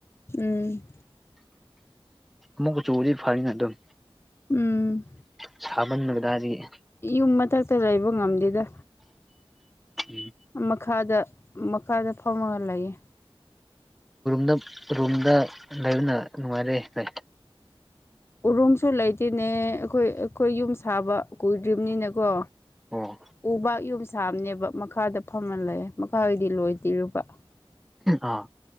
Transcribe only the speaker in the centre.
ꯃꯨ ꯆꯔꯤ ꯐꯥꯔꯅ ꯑꯗꯨꯝ
ꯁꯥꯕꯟꯕꯗꯥꯔꯗꯤ <inaudible>
ꯎꯝ
ꯗ ꯔꯨꯝꯗ ꯂꯩꯅ ꯅꯨꯡꯉꯥꯏꯔꯦ ꯍꯥꯏ
ꯑꯣ
ꯑꯥ